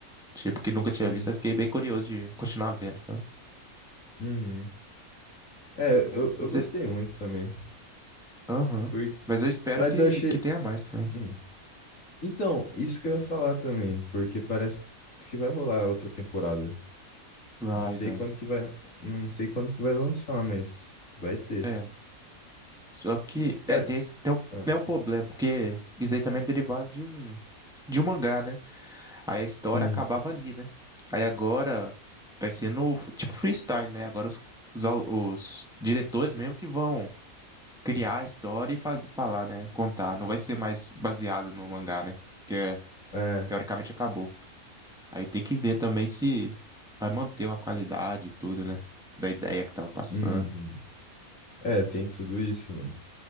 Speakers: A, in the centre; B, on the left.
A: Tipo, que nunca tinha
B: sim.
A: visto. Eu fiquei bem curioso de continuar vendo, sabe?
B: Uhum. É, eu, eu
A: Mas
B: gostei
A: eu-
B: muito também.
A: Aham.
B: Porque...
A: Mas eu espero
B: Mas
A: que,
B: eu achei.
A: que tenha mais também.
B: Hum. Então, isso que eu ia falar também, porque parece que vai rolar outra temporada.
A: Vai,
B: Não sei
A: vai.
B: quando que vai. Não sei quando que vai lançar, mas vai ter.
A: É, só que, é,
B: Cara,
A: tem esse, tem o,
B: ah,
A: tem o problema, porque isso aí também é derivado de um, de um mangá, né? Aí a história
B: sim.
A: acabava ali, né? Aí agora vai ser no f- tipo freestyle, né? Agora os, os, au- os diretores mesmo que vão criar a história e faz, falar, né? Contar. Não vai ser mais baseado no mangá, né? Porque é,
B: É.
A: teoricamente acabou. Aí tem que ver também se vai manter uma qualidade e tudo, né? Da ideia que tava passando.
B: Uhum. É, tem tudo isso, mano.